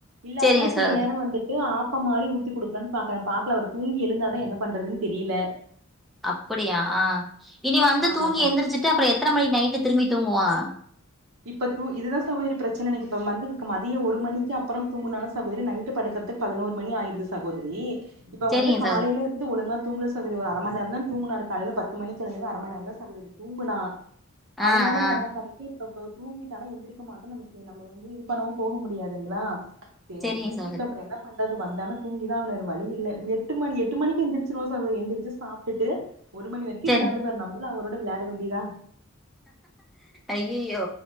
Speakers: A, on the right; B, in the centre.
A: இல்லாட்னா
B: செரிங்க
A: சில
B: சகோதரி
A: நேரோ வந்துட்டு ஆ ப்பம் மாரி ஊத்தி குடுக்கலான்னு பாக்கறே பாக்கலா அவரு தூங்கி எழுந்தாதா என்ன பண்றதுன்னு தெரியல
B: அப்படியா ஆ இனி வந்து
A: ஆமா
B: தூங்கி
A: ச
B: எந்திரிச்சிட்டு அப்புற எத்த மணி நைட்டு திரும்பி தூங்குவா
A: இப்ப தூ இதுதா சகோதரி பிரச்சன எனக்கு இப்போ மந்து க மதியோ ஒரு மணிக்கி அப்பறோ தூங்குனான்னா சகோதரி நைட்டு படுக்கறதுக்கு பதனோரு மணி ஆயிடுது சகோதரி இப்ப
B: செரிங்க
A: வந்து காலைல
B: சகோதரி
A: இருந்து ஒழுங்கா தூங்கல சகோதரி ஒரு அர மண் நேரந்தா தூங்குனாரு காலைல பத்து மணிக்கி எழுந்தது அர மணி நேரந்தா சகோதரி தூங்குனா
B: ஆ
A: அதனால
B: ஆ
A: நா என்ன பண்ணிட்டே இப்ப இப்ப அவுரு தூங்கிட்டான்னா எந்திரிக்க மாட்டா நம்ம சேரி நம்ம வந்து இது பண்ணவு போகவு முடியாதுங்களா சேரி
B: செரிங்க
A: அவ முழிக்கிட்டு
B: சகோதரி
A: அப்புற என்ன பண்றது வந்தான்னா தூங்கிதா ஆகணு வேற வழி இல்ல எட்டு மணி எட்டு மணிக்கி எந்திருச்சிருவா சகோதரி எந்திருச்சு சாப்ட்டுட்டு ஒரு மணி வரைக்கி
B: செரி
A: விளாடுவாரு நம்ப ளு அவரோட விளாட வேண்டியதா
B: ஐயயோ